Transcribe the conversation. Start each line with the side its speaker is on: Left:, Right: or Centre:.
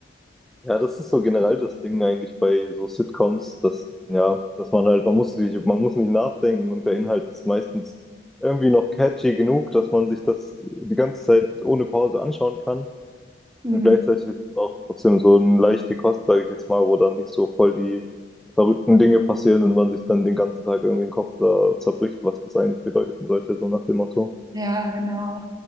Centre: Ja, das ist so generell das Ding eigentlich bei so Sitcoms, dass, ja, dass man halt, man muss sich, man muss nicht nachdenken und der Inhalt ist meistens irgendwie noch catchy genug, dass man sich das die ganze Zeit ohne Pause anschauen kann.
Right: Hm.
Centre: Und gleichzeitig ist es auch trotzdem so eine leichte Kost, sage ich jetzt mal, wo dann nicht so voll die verrückten Dinge passieren und man sich dann den ganzen Tag irgendwie den Kopf da zerbricht, was das eigentlich bedeuten sollte, so nach dem Motto.
Right: Ja, genau.